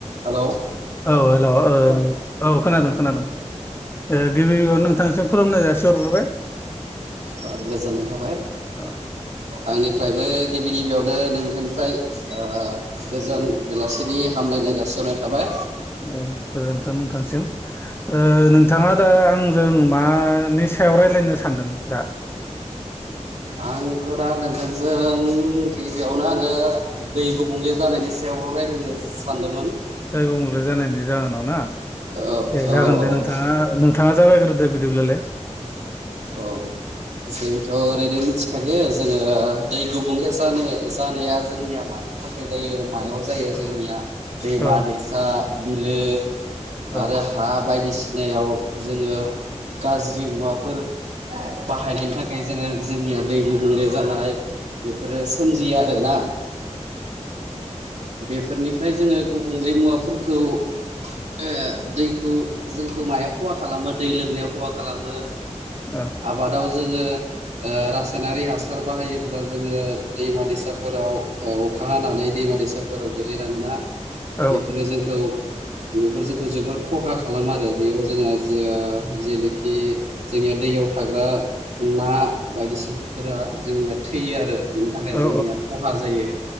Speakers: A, on the right; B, on the left.
A: हेल'।
B: औ हेल' ओ औ खोनादों-खोनादों। ओ गिबि-गिबियावनो नोंथांसिम खुलुमनाय जासिहरग्रोबाय।
A: ओ गोजोननाय थाबाय
B: ओ
A: आंनिफ्रायबो गिबि-गिबियावनो नोंथांनिफ्राय ओ गोजोन बेलासिनि हामलायनाय जासिहरनाय थाबाय।
B: ओ गोजोन्थों नोंथांनिसिम ओ नों थाङा दा आंजों मानि सायाव रायज्लायनो सानदों दा?
A: आंथ' दा नोंथांजों गिबियावनो आङो दै गुबुंले जानायनि सायाव रायलायनो सानदों।
B: दै गुबुंले जानायनि जाहोनाव ना
A: औ
B: दे
A: औ
B: जागोन
A: औ
B: दे नोंथाङा
A: औ
B: नों थाङा जागायग्रोदो बिदिब्लालाय।
A: औ जोंथ' ओरैनो मिथिखायो जोङो दै गुबुंले जानो जा नाया जोंनिया मानि थाखाय जायो होनबा मायाव जायो
B: औ
A: जोंनिया दैमा-दैसा,
B: औ
A: बिलो
B: औ
A: आरो हा बायदिसिनायाव जोङो गाज्रि मुवाफोर बाहायनायनि थाखाय जोङो जोंनिया दै गुबुंले जानाय बेफोरो सोमजियो आ रो ना बेफोरनिफ्राय जोङो गुबुंले मुवाफोरखौ ए दैखौ जोंखौ माया खहा खालामो दै लोंनायाव खहा खालामो
B: औ
A: आबादाव जोङो ओ रासायनारि हासार बाहायोब्ला जोङो दैमा-दैसाफोराव ओ अखा हानानै दैमा-दैसाफोराव गोग्लैलाङोना
B: औ
A: बेफोरो जोंखौ बेफोर जोंखौ जोबोर खहा खालामो आरो बेयाव जोंहा जा जेनोखि जोंनिया दैयाव थाग्रा ना बायदिसिनाफोरा जोंनिया थैयो आरो बिनि थाखाय
B: औ
A: जोंनिया खहा जायो